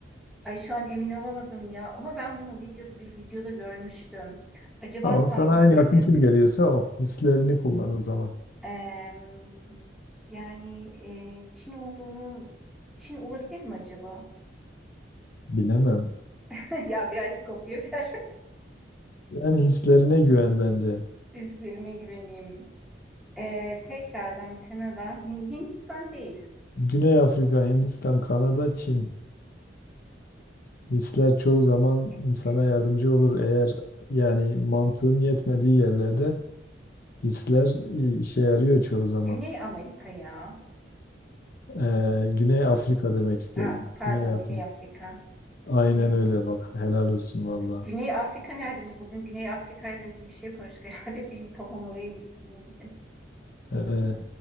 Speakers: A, in the centre; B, on the left.
A: Ay şu an emin olamadım ya. Ama ben bunu videoda bir videoda görmüştüm. Acaba
B: Tamam sana
A: hangisiydi?
B: en yakın kim geliyorsa o. Hislerini kullan o zaman.
A: Ee, yani e, Çin olduğunu Çin olabilir mi acaba?
B: Bilemem.
A: <laughs> Ya birazcık kopya ver.
B: Yani hislerine güven bence.
A: <laughs> Üstlerime güveneyim. Ee, tekrardan Kanada, Hin- Hindistan değil.
B: Güney Afrika, Hindistan, Kanada, Çin. Hisler çoğu zaman
A: E,
B: insana
A: Gü-
B: yardımcı olur. Eğer yani mantığın yetmediği yerlerde hisler i- işe yarıyor çoğu zaman.
A: Güney Amerika ya.
B: Ee, Güney Afrika demek istedim.
A: Ha, pardon
B: Güney Afrika.
A: Güney Afrika.
B: Aynen
A: Güney,
B: öyle bak. Helal olsun valla.
A: Güney Afrika nereden? Bugün Güney Afrika ile ilgili bir şey konuştuk. <laughs> Herhalde bir kafam oraya gitti bizim için.
B: Ee,